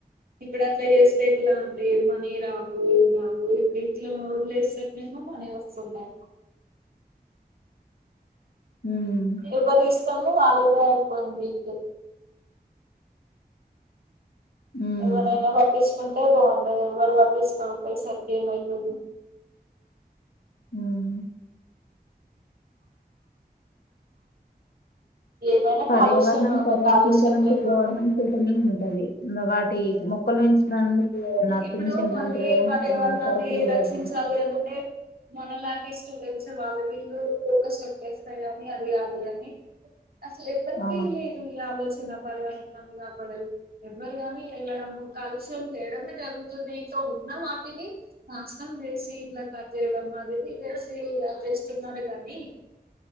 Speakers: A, on the right; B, on the left.
A: ఇప్పుడు అట్లా చేస్తే ఎట్లా అండి మనీ రావు ఏం రావు, ఇప్పుడు ఇట్ల వదిలేస్తేనేమో మనీ వస్తున్నాయ్
B: హ్మ్
A: ఎవరి ఇష్టము వాళ్ళదే అయిపోయింది ఇప్పుడు
B: హ్మ్
A: ఎవరైయినా పట్టిచ్ కుంటే బాగుండే ఎవరు పట్టించుకోక పోయి సరి గేమ్ అయిపోయిన్
B: హ్మ్
A: ఏమైనా
B: పర్యావరణాన్ని
A: కాలుష్యమే ఉన్నా
B: పరిరక్షించాలంటే
A: కాలుష్యం లేకుండా
B: గవర్నమెంట్ చేతుల్లోనే ఉంటది. మ వాటి మొక్కలు పెంచడానికి ఏదన్నా
A: ఇప్పుడు
B: పింఛన్
A: మళ్ళీ
B: లాంటిదో
A: పర్యావరణాన్ని
B: ఏమన్నా సరుకులు ఇవ్వడం
A: రక్షించ వాలి అనినుంటే మనలాంటి స్టూడెంట్స్ వాళ్ళు వీళ్ళు ఒక స్టెప్ ఎస్తే గాని అది కాదు కానీ అసలు ఎవ్వరికీ
B: ఆ
A: లేదు ఈ ఆలోచన పర్యావరనాన్ని కాపడాలి గన్ కాని వెళ్ళడము కాలుష్యము చేయడమే జరుగుతుంది, సో ఉన్న వాటిని నాశనం చేసి. ఇట్లా కట్ కా చేేయడమూ అవి ఇవి చేసి అద్ చేస్తున్నారూ కానీ